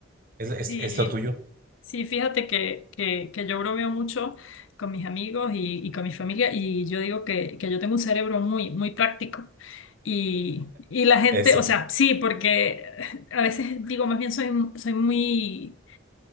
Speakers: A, on the right; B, on the left.
A: Es, es,
B: Sí,
A: es lo tuyo.
B: sí, fíjate que, que, que yo bromeo mucho con mis amigos y, y con mi familia y yo digo que, que yo tengo un cerebro muy, muy práctico. Y, y la gente,
A: Eso.
B: o sea, sí, porque a veces digo, más bien soy, soy muy